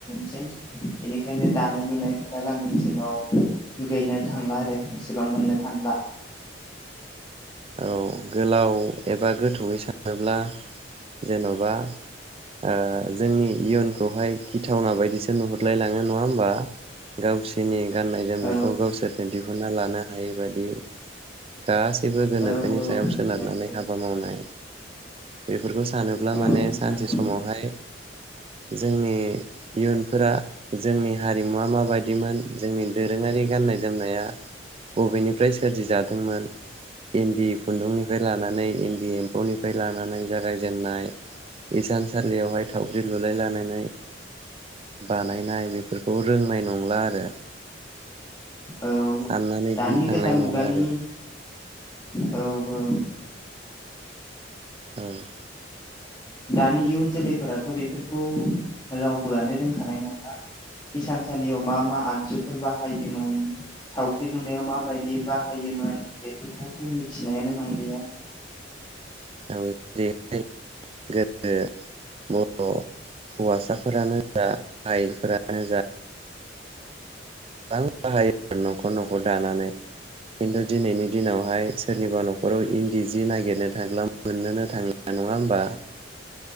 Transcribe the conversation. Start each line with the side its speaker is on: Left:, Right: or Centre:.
Left: सै बेनिखायनो दानाय लुनायफोरा गामि ओनसोल लाव गैनो थांला आरो इसेबां मोननो थांला
Right: औ गोलाव एबा गोथौयै सानोब्ला जेन'बा ओ जोंनि इयुनखौहाय गिथावना बायदिसो नुहुरलायलाङो नङा होमबा गावसोरनि गाननाय जोमनायखौ
Left: औ
Right: गावसोरनो दिहुनना लानो हायैबायदि गासैबो गोनोखोनि
Left: औ औ
Right: सायाव सोनारनानै
Left: नंगौ
Right: हाबा मावनाय बेफोरखौ सानोब्ला
Left: औ
Right: माने सानसे
Left: नंगौ
Right: समावहाय जोंनि इयुनफोरा जोंनि हारिमुवा माबायदिमोन जोंनि दोरोङारि गाननाय जोमनाया बबेनिफ्राय सोरजिजादोंमोन इन्दि खुन्दुंनिफ्राय लानानै इन्दि एम्फौनिफ्राय लानानै जागायजेनन्नाय इसानसालियावहाय थावख्रि लुलाय लायनानै बानायनाय बेफोरखौ रोंनाय नंला आरो
Left: औ
Right: साननानै
Left: दानि
Right: गिखांनाय
Left: गोदान
Right: मोनो
Left: मुगानि
Right: आरो
Left: औ औ
Right: औ
Left: दानि इयुन जोलैफोराथ' बेफोरखौ रावबोआनो रोंखानाय नंला इसान थानसालियाव मा मा आगजुफोर बा बाहायोमोन थावख्रि लुनायाव माबायदि बाहायोमोन बेफोरखौथ' मिथिनायानो नंलिया
Right: औ बर' हौवासाफोरानो जा आइफोरानो जा गोबां बाहायो आरो न'खर न'खर दानानै खिन्थु दिनैनि दिनावहाय सोरनिबा न'खराव इन्दि जि नागिरनो थांब्लामोननोनो थांला नङा होमबा